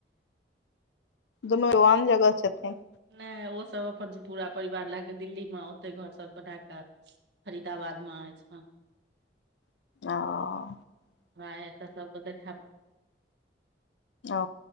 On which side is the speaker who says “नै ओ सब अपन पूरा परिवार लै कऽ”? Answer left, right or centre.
Right